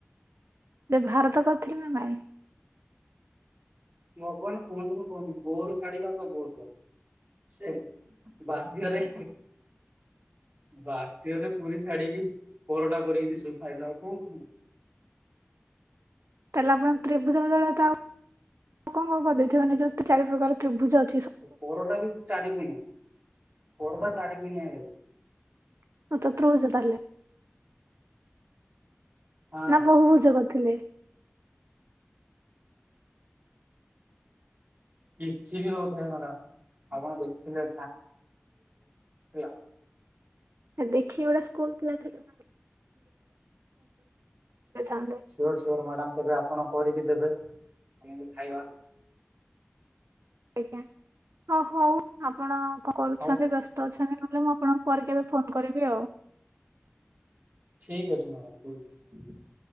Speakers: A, on the right; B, on the right.
A: ଯେ ଭାରତ କରିଥିଲି ନା ଭାଇ।
B: ଭଗବାନ କୁହନ୍ତୁ ମୁଁ କହୁନି ବୋରୁ ଛାଡିକି ଆଉ ସବୁ ହେଉଥିବ ବାଧ୍ୟ ରେ ବାଧ୍ୟରେ ପୁରି ଛାଡିକି ପରଟା କରିକି ସେ ସବୁ ଖାଇଲୁ ଆଉ କଣ କରିବୁ।
A: ତାହେଲେ ଆପଣ ତ୍ରିଭୁଜ ବଦଳ ତ ଆଉ କଣ କଣ କରିଦେଇଥିବନି ଯୋଉଁ ଚାରି ପ୍ରକାର ତ୍ରିଭୁଜ ଅ
B: ପରଟା ବି ଚାରି କଣିଆ ପରଟା ଚାରି କଣିଆ ହେଇଗଲା।
A: <unintelligible> ଚତୃରଭୁଜ ତାହାଲେ।
B: ହଁ।
A: ନା କୋଉଁ ଭୁଜ କରିଥିଲେ?
B: କିଛି ବି ହଉଥାଏ ମ୍ୟାଡାମ ଆପଣ ଦେଖିବେ <unintelligible>
A: ଦେଖି ଗୋଟେ ସ୍କୁଲ ଥିଲା <unintelligible>
B: ସିଆଡ଼େ ମ୍ୟାଡ଼ାମ କେବେ ଆପଣ କରିକି ଦେବେ ଖାଇବା।
A: ଆଜ୍ଞା ହଁ ହଉ ଆପଣ କରୁଛନ୍ତି
B: ହଉ
A: ବ୍ୟସ୍ତ ତ ଅଛନ୍ତି ନହେଲେ ମୁଁ ଆପଣଙ୍କୁ ପରେ କେବେ ଫୋନ କରିବି ଆଉ।
B: ଠିକ୍ ଅଛି ମ୍ୟାଡ଼ାମ। <unintelligible>